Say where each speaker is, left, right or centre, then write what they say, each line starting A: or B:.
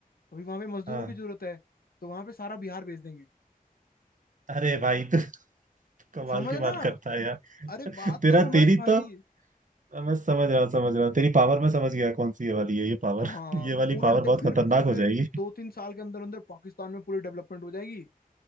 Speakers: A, on the left (about 75°); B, on the right (about 55°).
A: अभी वहां पे मजदूरों
B: <laughs> हाँ
A: की जरूरत है तो वहां पे सारा बिहार भेज देंगे
B: अरे भाई तू <laughs> कमाल
A: समझना
B: की बात करता है यार
A: अरे
B: <laughs>
A: बात
B: तेरा
A: तो समझ
B: तेरी
A: भाई
B: तो मैं समझ रहा समझ रहा तेरी पावर मैं समझ गया कौन सी ये वाली है ये पावर
A: हाँ
B: <laughs> ये वाली
A: पूरा
B: पावर
A: डे-
B: बहुत
A: फिर
B: खतरनाक हो
A: फिर
B: जाएगी
A: दो तीन साल के अंदर अंदर पाकिस्तान में पूरी डेवलपमेंट हो जाएगी